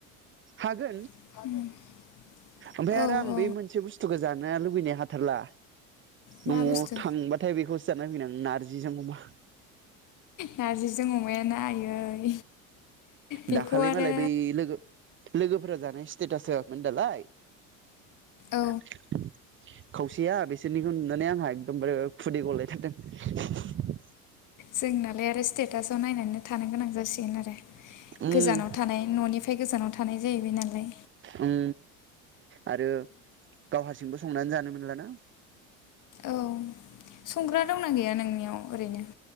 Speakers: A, on the right (about 30°); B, on the left (about 45°).
A: हागोन
B: <unintelligible>
A: ओमफ्राय
B: औ
A: आरो आं
B: औ
A: बे मोनसे बुस्थुखौ जानो लुबैनाय हाथारला
B: मा
A: नआव
B: बुस्थु
A: थांबाथाय बेखौसो जानो लुगैयो नारजिजों अमा
B: नारजिजों अमायाना आयै बेखौ
A: दाखालि
B: आरो
A: मालाय बै लोगो लोगोफोरा जानायस स्टेटास दालाय
B: औ
A: <inaudible> खौ बिसोरनिखौ नुनानै आंहा एकदमबारे खुदै गलाय थारदों
B: जोंनालाय आरो स्टेट स्टेटासआव नायनानै थानो गोनां जासिगोन आरो
A: उम
B: गोजानाव थानाय ननिफ्राय गोजानाव थानाय जाहैबाय नालाय
A: उम आरो गाव हारसिंबो संनानै जानो मोनलाना
B: औ संग्रा दंना गैया नोंनि ओरैनो